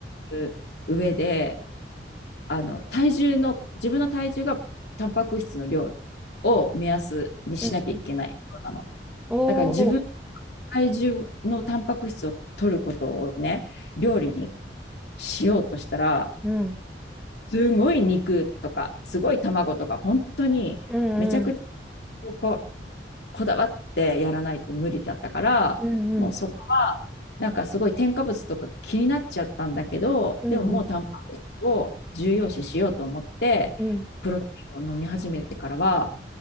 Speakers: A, on the left (about 65°); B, in the centre.
A: う上で、あの体重の、自分の体重がタンパク質の量を目安にしなきゃいけないなの。
B: うん。うん。お
A: だから自分の
B: ー。
A: 体重のタンパク質を取ることをね、料理にしようとしたら、
B: うん。
A: すごい肉とか、すごい卵とか、本当にめちゃくちゃ
B: うんうん。
A: こう、こだわってやらないと無理だったから、
B: うんうん
A: もうそ、なんかすごい添加物とか気になっちゃったんだけど、
B: うんうん
A: でももうタンパク質を重要視しようと思って、
B: うん。
A: プロテインを飲み始めてからは、